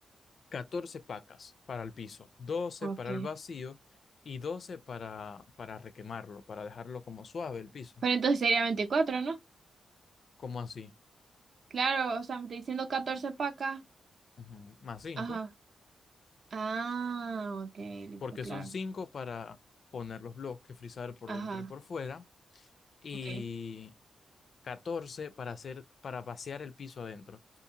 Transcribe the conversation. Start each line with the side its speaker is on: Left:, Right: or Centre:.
Left: 14 pacas para el piso, doce
Right: ok.
Left: para el vacío y 12 para, para requemarlo, para dejarlo como suave el piso,
Right: Pero entonces sería veinticuatro ¿no?
Left: como así,
Right: Claro, o sea, me está diciendo 14 para acá.
Left: Ujú, Más cinco
Right: Ajá. Ah, ok, listo,
Left: porque
Right: claro.
Left: son 5 para poner los bloques, frizar por
Right: Ajá,
Left: dentro y por fuera, y
Right: ok.
Left: 14 para hacer, para vaciar el piso adentro.